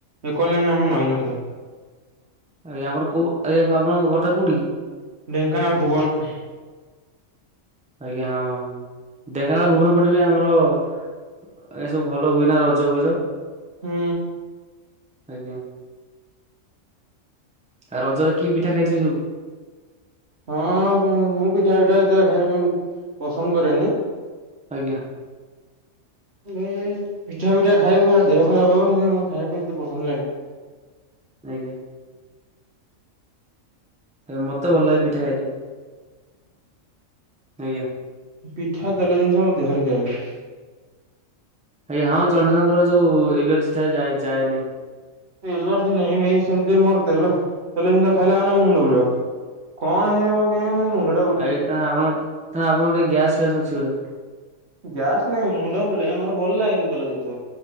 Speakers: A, on the right; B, in the centre.
A: କଲେ ହିଁ ଆମର ନଈ ନଥାଏ।
B: ଆଜ୍ଞା ଆପଣ କୋଉ ଆଜ୍ଞା କ ଆପଣଙ୍କ ଘର୍ ଟା କୋଉଠିକି?
A: ଢେଙ୍କାନାଳ ଭୁବନ।
B: ଆଜ୍ଞା ହଁ ଢେଙ୍କାନାଳ ଭୁବନ ପଟେ ବି ଆମର ଆଜ୍ଞା ଏ ସବୁ ଭଲ ହୁଏ ନା ରଜ ଭଜ?
A: ହୁଁ।
B: ଆଜ୍ଞା। ଆଉ ରଜରେ କି ପିଠା ଖାଇଥିଲେ ସବୁ?
A: ହଁଅଁ ପୁଂ ମୁଁ ପିଠା ପିଠା ଏତେ ଖାଇବା ପାଇଁ ପସନ୍ଦ କରେନି।
B: ଆଜ୍ଞା।
A: <inaudible> ପିଠା ପିଠା ଖାଇବୁ ହେରା ଦେହ ଖରାପ ହବନି ସେଥି ପାଇଁ ଖାଇବା ପାଇଁ ଏତେ ପସନ୍ଦ ଲାଗେନି।
B: ଆଜ୍ଞା। ଆଜ୍ଞା ମୋତେ ଭଲ ଲାଗେ ପିଠା ଖାଇତେ ଆଜ୍ଞା।
A: ପିଠା ତେଲ ଜିନିଷ ମୋ ଦେହରେ ଯାଏନି।
B: ଆଜ୍ଞା ହଁ, ଜଣ ଜଣଙ୍କର ଯୋଉ ଏଲର୍ଜି ଥାଏ ଯାଏ ଯାଏନି।
A: ଏଲର୍ଜି ନାହିଁ ଭାଇ, ସେମ୍ତି ମୋର୍ ତେଲ ଜିନିଷ ଖାଇଲା ମାନେ ମୋ ମୁଣ୍ଡ ବୁଲେଇବ। କଣ ହେଇଥିବ ମୋର କେଜାଣି ମୋ ମୁଣ୍ଡ
B: ଆଜ୍ଞା ତା ଆପଣ ତା ଆପଣ ଟିକେ ଗ୍ୟାସ୍ ଫ୍ୟାସ୍ ଅଛି ବୋଧେ?
A: ଗ୍ୟାସ୍ ନାହିଁ ମୁଣ୍ଡ ବୁଲାଏ ମତେ ଭଲ ଲାଗେନି ତେଲ ଜିନିଷ।